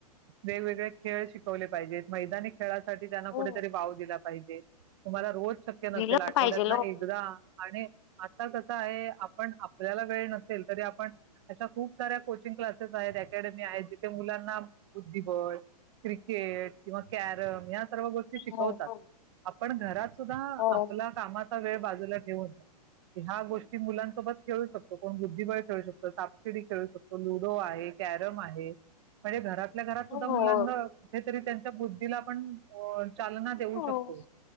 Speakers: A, on the right; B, on the left.
A: वेगवेगळे खेळ शिकवले पाहिजेत मैदानी. खेळासाठी त्यांना
B: हो
A: कुठेतरी वाव दिला पाहिजे. तुम्हाला रोज. शक्य नसेल
B: लिहिलं
A: आठवड्यात
B: पाहिजेल
A: ना
B: ओ
A: एकदा आणि. आता कसं आहे. आपण आपल्याला वेळ. असेल तरी आपण. अशा खूप साऱ्या कोचिंग क्लासेस आहेत. अकॅडमी आहे. जिथे मुलांना बुद्धिबळ क्रिकेट किंवा कॅरम या सर्व गोष्टी शिकवतात
B: हो
A: आग पण घरात. सुद्धा
B: हो
A: आपला कामाचा वेळ. बाजूला ठेवून. ह्या गोष्टी मुलांसोबत खेळू शकतो. कोण बुद्धिबळ खेळू शकतो, सापशिडी खेळू शकतो, लुडो आहे. कॅरम आहे. म्हणजे घरात. आपल्या घरात
B: हो
A: सुद्धा मुलांना हेच. तरी त्यांच्या बुद्ध तिला पण होय चालना देऊ
B: हो
A: शकतो.